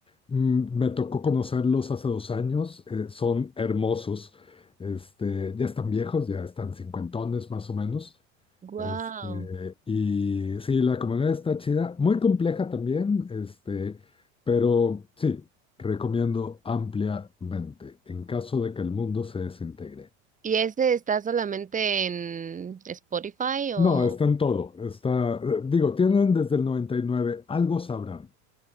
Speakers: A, on the left (about 15°); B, on the right (about 20°).
A: Mm, Me tocó conocerlos hace dos años, eh, son hermosos, este, ya están viejos, ya están cincuentones más o menos.
B: Wow.
A: Este, y sí, la comunidad está chida, muy compleja también, este, pero sí, recomiendo ampliamente en caso de que el mundo se desintegre.
B: ¿Y ese está solamente en Spotify
A: No,
B: o?
A: está en todo. Está, digo, tienen desde el 99 algo sabrán,